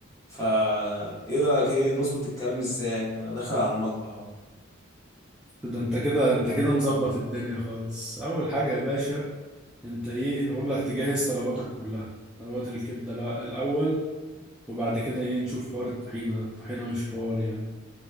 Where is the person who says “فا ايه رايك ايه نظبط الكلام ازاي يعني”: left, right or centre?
Left